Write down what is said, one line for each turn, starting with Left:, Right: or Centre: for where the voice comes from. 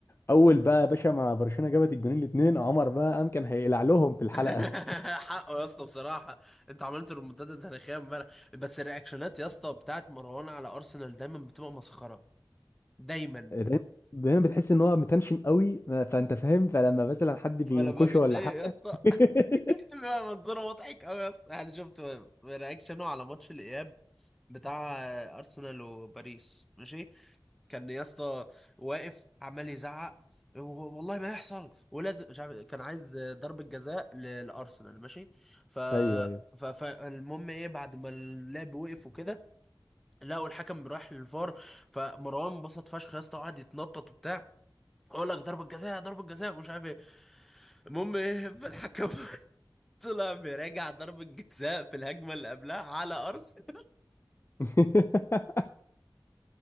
Left: اول بقى يا باشا ما برشلونه جابت الجونين الاثنين عمر بقى قام كان هيقلع لهم في الحلقه
Centre: <laughs> حقه يا اسطى بصراحه انت عملت ريمونتادا تاريخيه امبارح بس الرياكشنات يا اسطى بتاعت مروان على ارسنال دايما بتبقى مسخره دايما
Left: <laughs> دايما دايما بتحس ان هو متنشن قوي ما- فانت فاهم فلما مثلا حد بينكشه
Centre: فلما بيتضايق
Left: ولا حاجه
Centre: يا اسطى
Left: <laughs>
Centre: <laughs> بيبقى منظره مضحك قوي يا اسطى يعني شفت رياكشنه على ماتش الاياب بتاع ارسنال وباريس ماشي كان يا اسطى واقف عمال يزعق و- والله ما يحصل ولازم مش عارف- كان عايز ضربة جزاء ل- لارسنال ماشي ف
Left: ايوه ايوه
Centre: ف- فالمهم ايه بعد ما اللعب وقف وكده لقوا الحكم رايح للفار فمروان انبسط فشخ يا اسطى وقعد يتنطط وبتاع اقول لك ضربة جزاء ضربة جزاء ومش عارف ايه المهم ايه فالحكم <laughs> طلع مراجع ضربة جزاء في الهجمة اللي قبلها على أرسنال
Left: <laughs>